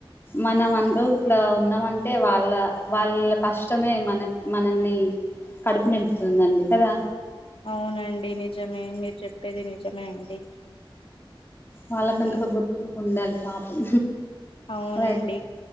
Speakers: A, on the left; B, on the left.
A: మనం అంటూ ఇట్లా ఉన్నాంమంటే వాళ్ళ వాళ్ళ కష్టమే మన మనల్ని కి కడుపు నింపుతుందండి కదా
B: అవునండి నిజమే మీరు చెప్పేది నిజమే అండి
A: వాళ్ళకంటూ
B: ఉమ్,
A: ఒక గుర్తింపు ఉండాలి పాపం
B: అవునండి
A: రైట్